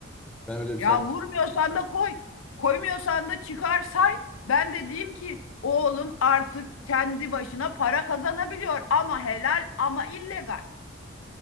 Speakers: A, in the centre; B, on the left.
A: Ben öyle bir
B: Ya
A: saygı
B: vurmuyorsan da koy. Koymuyorsan da çıkar say. Ben de diyeyim ki oğlum artık kendi başına para kazanabiliyor ama helal ama illegal.